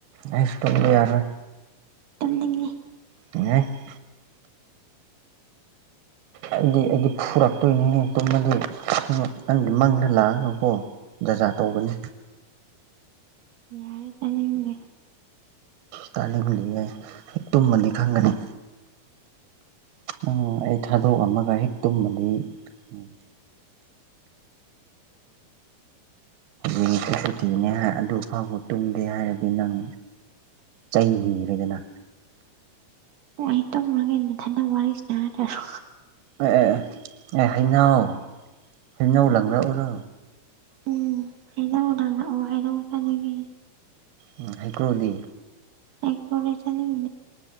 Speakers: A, on the right; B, on the right.
A: ꯑꯩꯁ ꯇꯨꯝꯕ ꯌꯥꯔꯣꯏ
B: ꯇꯨꯝꯅꯤꯡꯉꯤ
A: <unintelligible> ꯑꯩꯗꯤ ꯑꯩꯗꯤ ꯐꯨꯔꯛꯇꯣꯏꯅꯤꯍꯦ ꯇꯨꯝꯃꯗꯤ ꯅꯪꯒꯤ ꯃꯪꯗꯥ ꯂꯥꯛꯑꯒꯀꯣ ꯖꯥꯖꯥ ꯇꯧꯕꯅꯤ
B: ꯌꯥꯔꯦ ꯇꯥꯅꯤꯡꯗꯦ
A: ꯇꯥꯅꯤꯡꯗꯤꯌꯦ ꯇꯨꯝꯃꯗꯤ ꯈꯪꯒꯅꯤ ꯎꯝ ꯑꯩ ꯊꯥꯗꯣꯛꯑꯝꯃꯒ ꯍꯦꯛ ꯇꯨꯝꯕꯗꯤ ꯎꯝ <unintelligible> ꯁꯨꯇꯤꯅꯦ ꯍꯥꯏ ꯑꯗꯨ ꯐꯥꯎꯕ ꯇꯨꯝꯗꯦ ꯍꯥꯏꯔꯗꯤ ꯅꯪ ꯆꯩ ꯅꯤꯔꯦꯗꯅ
B: ꯑꯣ ꯑꯩ ꯇꯨꯝꯃꯨꯔꯒꯦ ꯅꯊꯟꯗ ꯋꯥꯔꯤ ꯁꯥꯔ ꯂꯩꯔꯣ
A: ꯑꯦ ꯑꯦ ꯑꯦ ꯑꯦ ꯍꯩꯅꯧ ꯍꯩꯅꯧ ꯂꯪꯂꯛꯎꯔꯣ
B: ꯎꯝ ꯍꯩꯅꯧ ꯂꯪꯔꯛꯑꯣ ꯍꯩꯅꯧ ꯆꯥꯅꯤꯡꯉꯦ
A: ꯎꯝ ꯍꯩꯀ꯭ꯔꯨꯗꯤ
B: ꯑꯩ ꯀꯣꯏꯕ ꯆꯠꯅꯤꯡꯗꯦ